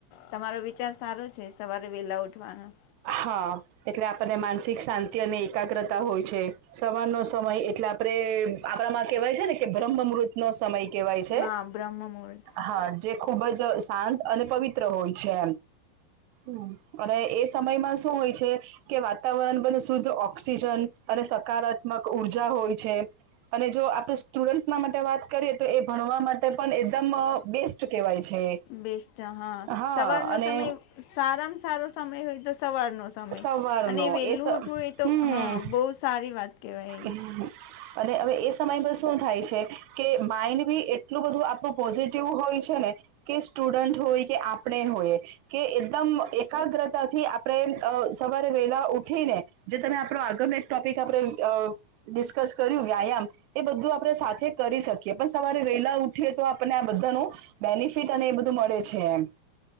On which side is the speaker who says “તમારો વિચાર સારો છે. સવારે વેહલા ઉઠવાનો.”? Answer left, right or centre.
Left